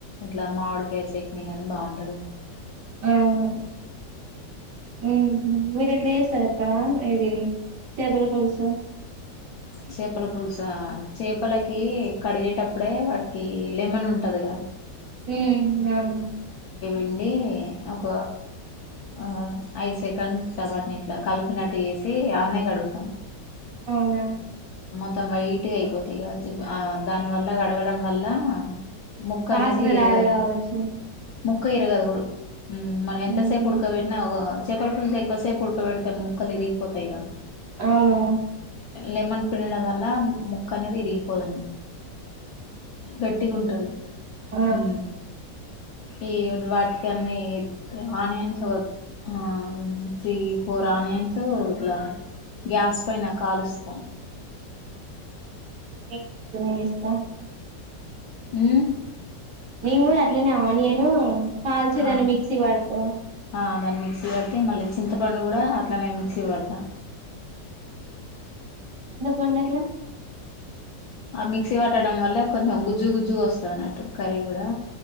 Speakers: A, on the left; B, on the right.
A: ఇట్లా మావుడుకాయ్ చట్నీ గానీ బాఉంటది
B: ఔను ఉహుమ్ మీర్ ఎట్లా యేస్తరక్క ఆ ఇది చేపల పుల్సు
A: చేపల పుల్సా ఆ చేపలకి కడిగేటప్పుడే వాటికి లెమన్ ఉంటదిగా
B: హేఐనేన్ రాను
A: అండి ఒక అ ఐదు సెకండ్ చబటిని ఇట్లా కలిపినట్టు చేేసి అన్నయ్యకి అడుగుతాం
B: అవునా
A: మొత్తం వైట్గా అయిపోతాయి గావచ్చు ఇగ ఆ దాని వల్ల గడగడం వల్ల ముక్క
B: వాసన
A: అనేది ఇరుగదు
B: రాదు కావచ్చు
A: ముక్క ఇరగదు ఉమ్ మనం ఎంతసేపు
B: ఉహు
A: ఉడకబెట్టినా చేపలు పుల్స ఎక్వసేపు ఉడకబెడతము ముక్కలు విరిగిపోతాయి ఇగ
B: అవును
A: లెమన్ పినడం వల్ల ముక్క అనేది విరిగిపోదం గట్టిగా ఉంటది
B: ఆ
A: మ్ ఈ ఒద్దు వాటకన్ని ఆనియన్స్ వొద్ ఆ మ్ త్రీ ఫోర్ ఆనియన్స్ ఇట్లా గ్యాస్ పైన కాలుస్ తాం
B: ఏ రూమిలిస్తా
A: మ్
B: నేను గుడా అట్లానే ఆనియను కాల్చి
A: ఆ
B: దాన్ని మిక్సీ పడాత
A: ఆ దాన్ని మిక్సీ పట్టి మళ్ళీ చింతపండు గుడా అట్లానే మిక్సీ వడతా
B: వండట్లే
A: ఆ మిక్సీ వట్టడం వల్ల కొంచెం గుజ్జు గుజ్జుగా వస్తాదన్నట్టు కర్రీ గుడా